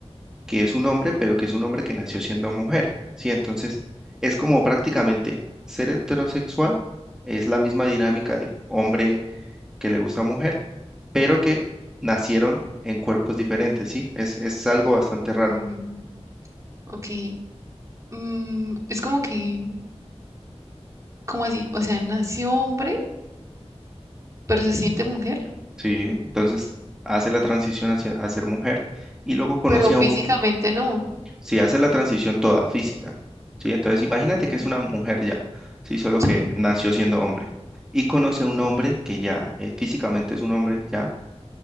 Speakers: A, in the centre; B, on the right.
A: que es un hombre, pero que es un hombre que nació siendo mujer, ¿sí? Entonces, es como prácticamente ser heterosexual, es la misma dinámica de hombre que le gusta a mujer, pero que nacieron en cuerpos diferentes, ¿sí? Es, es algo bastante raro,
B: mm, ok. Mm, es como que, ¿cómo así? O sea, nació hombre, pero se siente mujer,
A: ¿sí? Entonces, hace la transición hacia, a ser mujer y luego conoce
B: pero físicamente
A: a un,
B: no.
A: si hace la transición toda física, ¿sí? Entonces, imagínate
B: Ujú,
A: que es una mujer ya, ¿sí? Solo
B: sí.
A: que nació siendo hombre. Y conoce a un hombre que ya eh, físicamente es un hombre ya,